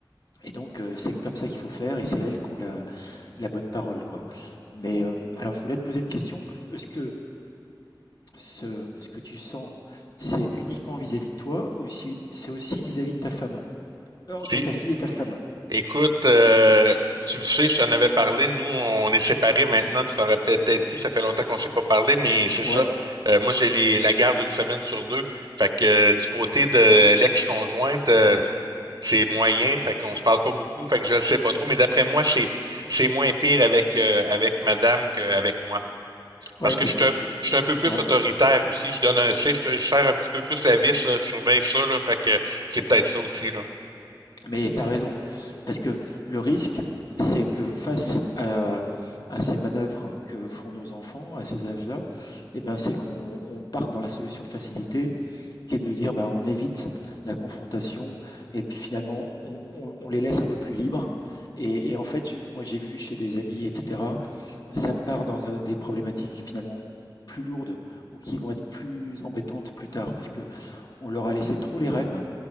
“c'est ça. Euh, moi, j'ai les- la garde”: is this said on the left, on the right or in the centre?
Right